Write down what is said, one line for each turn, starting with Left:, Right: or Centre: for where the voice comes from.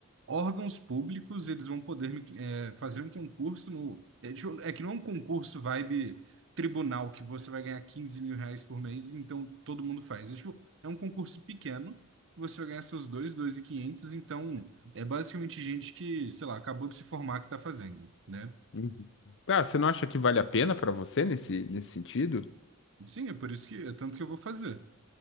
Right: órgãos públicos, eles vão poder me, é, fazer um concurso no. É, tipo, é que não é um concurso vibe tribunal que você vai ganhar quinze mil reais por mês, então todo mundo faz. É, tipo, é um concurso pequeno que você vai ganhar seus dois, dois e quinhentos, então é basicamente gente que, sei lá, acabou de se formar que está fazendo, né?
Left: Uhum. Ah, você não acha que vale a pena pra você nesse, nesse sentido?
Right: Sim, é por isso que é tanto que eu vou fazer.